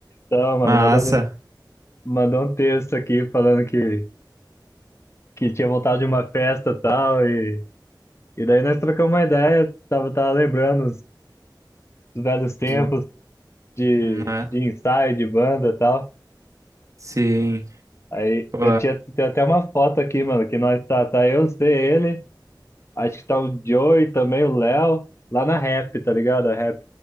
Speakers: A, on the left (about 35°); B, on the right (about 40°).
A: Então, mano,
B: massa.
A: mandou, mandou um texto aqui falando que, que tinha voltado de uma festa e tal. E, e daí nós trocamos uma ideia. Tava, tava lembrando os os velhos tempos
B: Zo-
A: de,
B: Né?
A: de ensaio, de banda e tal.
B: Sim.
A: Aí
B: Pô,
A: eu tinha, tem até uma foto aqui, mano, que nós tá, tá eu, você, ele. Acho que tá o Joey também, o Léo, lá na Rap, tá ligado? A Rap